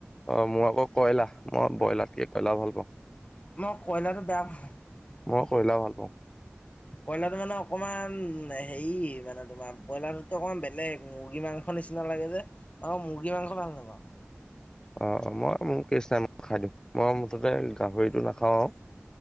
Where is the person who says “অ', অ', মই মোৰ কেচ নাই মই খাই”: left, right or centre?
Left